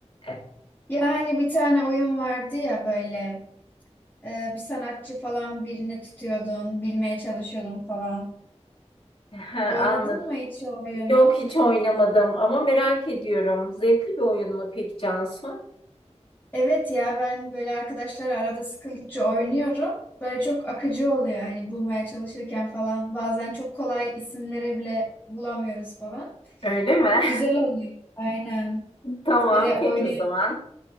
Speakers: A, on the left; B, on the left.
A: <laughs>
B: Ya hani bir tane oyun vardı ya böyle e, bir sanatçı falan birini tutuyordun, bilmeye çalışıyordun falan.
A: Ha,
B: Oynadın
A: anladım.
B: mı hiç o oyunu?
A: Yok hiç oynamadım ama merak ediyorum. Zevkli bir oyun mu peki Cansu?
B: Evet ya ben böyle arkadaşlar arada sıkıldıkça oynuyorum. Böyle çok akıcı oluyor hani bulmaya çalışırken falan. Bazen çok kolay isimleri bile bulamıyoruz falan.
A: Öyle mi?
B: Güzel oluyor. Aynen.
A: <laughs> Tamam
B: Böyle oynay
A: peki o zaman.